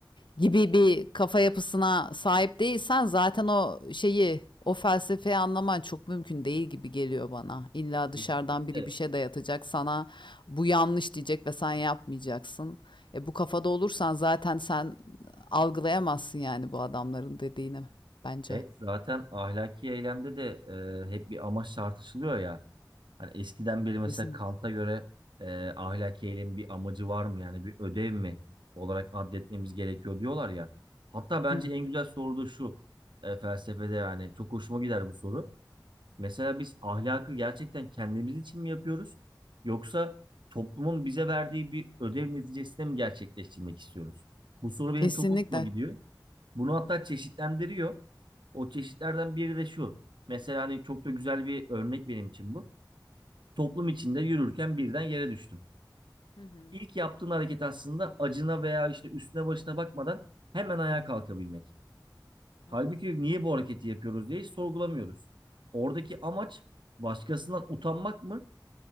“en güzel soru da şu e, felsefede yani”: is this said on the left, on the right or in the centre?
Right